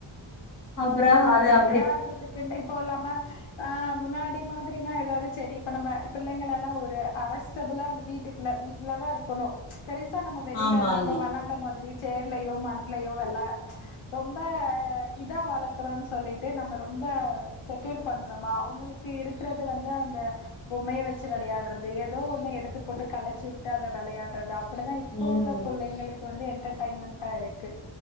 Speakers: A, on the left; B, on the left.
A: அப்புறோ அது அப்
B: வெளையாடுறதுக்குன்னு இப்போ இல்லாம ஆ முன்னாடி மாதிரினா எதாவதுச் செடி இப்ப நம்ம புள்ளைங்கலெல்லா ஒரு அரஸ்டபுளா அந்த வீட்டுக்குள்ள வீட்லதா இருக்கணு பெருசா நம்ம வெளில
A: ஆமாங்க
B: நம்ம வெளாண்ட மாதிரி சேர்லையோ மண்லயோ வெள ம்ச் ரொம்ப இதா வளக்குறோன் சொல்லிட்டு நம்ம ரொம்ப செக்யூர் பண்றமா அவங்களுக்கு இருக்குறது வந்து அந்த பொம்மைய வெச்சு வெளையாடுறது எதோ ஒண்ணு எடுத்து போட்டு களச்சு வுட்டு அத வெளையாடுறது அப் <unintelligible> இப்போ
A: உம்
B: உள்ள புள்ளைங்களுக் இப்போ வந்து என்டர்டெயன்மெண்ட்டா இருக்கு